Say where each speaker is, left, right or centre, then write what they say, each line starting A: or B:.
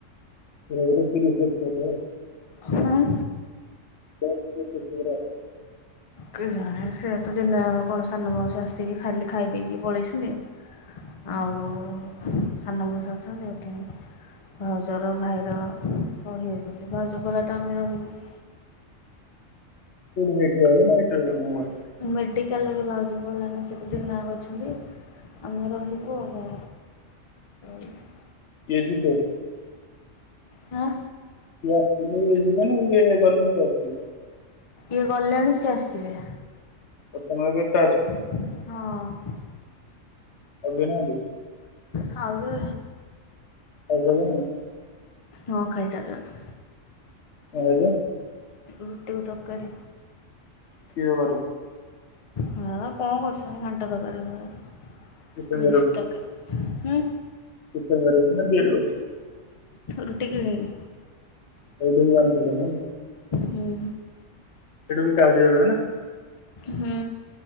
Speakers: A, on the left; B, on the left.
A: <unintelligible>
B: ହଁ।
A: <unintelligible>
B: କେଜାଣେ ସେ ତ ଦିନେ କଣ ସାନ ମାଉସୀ ଆସିକି ଖାଲି ଖାଇ ଦେଇକି ପଳେଇଛନ୍ତି। ଆଉ ସାନ ମଉସା ଅଛନ୍ତି ହେଠି। ଭାଉଜର ଭାଇର ରହିବେ ବୋଲି ଭାଉଜ କଲା ତ ଆମେ ରହିବୁ।
A: ହେଇଠୁ ରହିବେନା ଏଠି ରହିବେ କଣ କହିକେ? <unintelligible>
B: ମେଡ଼ିକାଲରେ ଭାଉଜ ଗଲାଣି ନା ସେତ ଦିନ ଜାକ ଅଛନ୍ତି। ଆମେ ରହିବୁ ଆଉ <unintelligible>
A: ଇଏ ଜିବେ?
B: ହାଁ
A: ସିଏ ଆସିଲେ ଇଏ ଯିବେ ନା ଇଏ ଗଲେ ସିଏ ଆସିବେ।
B: ଇଏ ଗଲେଣି ସିଏ ଆସିବେ।
A: ଓ ତୁମେ ଏବେ ଏକା ଅଛ?
B: ହଁ।
A: ଆଉ କିଏ ନାହାନ୍ତି?
B: ଖାଉଜ
A: ଖାଇ ସାରିଲେଣି?
B: ହଁ ଖାଇ ସାରିଲଣି।
A: ଆଜ୍ଞା
B: ରୁଟି ଆଉ ତରକାରୀ।
A: କି‌ ତକାରି?
B: ହଁ କଣ କରୁଛନ୍ତି ଘାଣ୍ଟ ତରକାରୀ ଫକାରି
A: ଚିକେନ
B: ମିସ୍ ତକାରୀ। ହୁଁ
A: କିତନିଆ ରୁହନ୍ତି ନା କିଏ ରୁହନ୍ତି?
B: ରୁଟି କିଣି କି।
A: ଏଇଠୁ ବି ଆଣିଥିଲ ନାଇଁ କି?
B: ହୁଁ
A: ଏଠୁ ବି କାର୍ଯ୍ୟ ହୁଏନା?
B: ହୁଁ